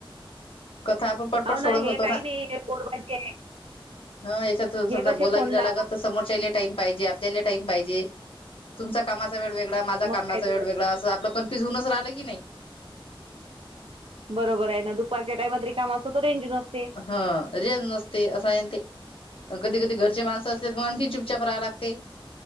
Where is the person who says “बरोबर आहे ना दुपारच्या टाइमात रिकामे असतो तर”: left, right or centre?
Right